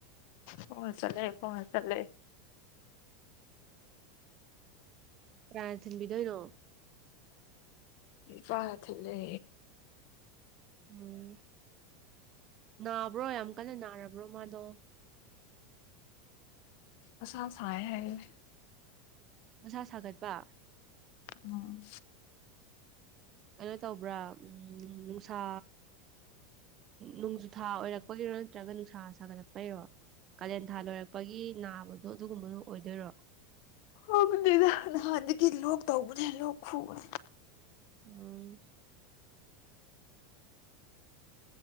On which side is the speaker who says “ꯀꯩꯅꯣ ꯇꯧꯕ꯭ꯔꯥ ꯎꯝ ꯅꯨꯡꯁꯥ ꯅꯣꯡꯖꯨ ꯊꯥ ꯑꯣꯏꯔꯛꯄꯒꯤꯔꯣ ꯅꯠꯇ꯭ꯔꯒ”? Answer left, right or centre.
Right